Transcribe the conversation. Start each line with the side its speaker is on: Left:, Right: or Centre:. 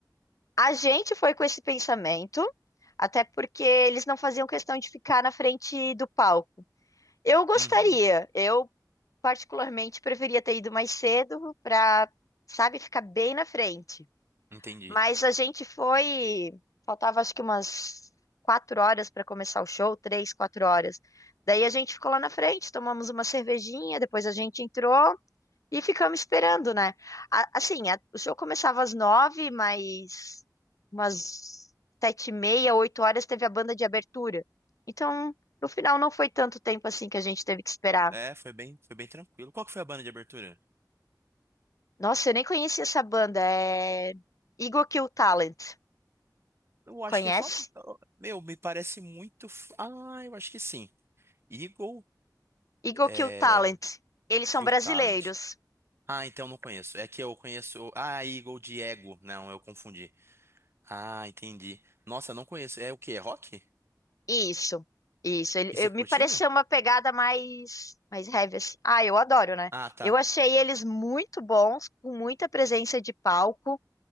Left: A gente foi com esse pensamento, até porque eles não faziam questão de ficar na frente do palco. Eu gostaria,
Right: Uhum.
Left: eu particularmente preferia ter ido mais cedo para, sabe, ficar bem na frente.
Right: Entendi.
Left: Mas a gente foi, faltava acho que umas quatro horas para começar o show, três, quatro horas. Daí a gente ficou lá na frente, tomamos uma cervejinha, depois a gente entrou e ficamos esperando, né? A- Assim, a- o show começava às nove, mas umas sete e meia, oito horas teve a banda de abertura. Então, no final não foi tanto tempo assim que a gente teve que esperar.
Right: É, foi bem, foi bem tranquilo. Qual que foi a banda de abertura?
Left: Nossa, eu nem conhecia essa banda. É Eagle Kill Talent.
Right: Eu acho
Left: Conhece?
Right: que é famoso. Meu, me parece muito. f- Ah, eu acho que sim. Eagle,
Left: Eagle
Right: é...
Left: Kill Talent. Eles são
Right: Kill
Left: brasileiros.
Right: Talent. Ah, então não conheço. É que eu conheço. Ah, Eagle de Ego. Não, eu confundi. Ah, entendi. Nossa, não conheço. É o quê? É rock?
Left: Isso, isso. Ele,
Right: E
Left: eu-
Right: você curtiu?
Left: me pareceu uma pegada mais, mais heavy, assim. Ah, eu adoro, né?
Right: Ah, tá.
Left: Eu achei eles muito bons, com muita presença de palco,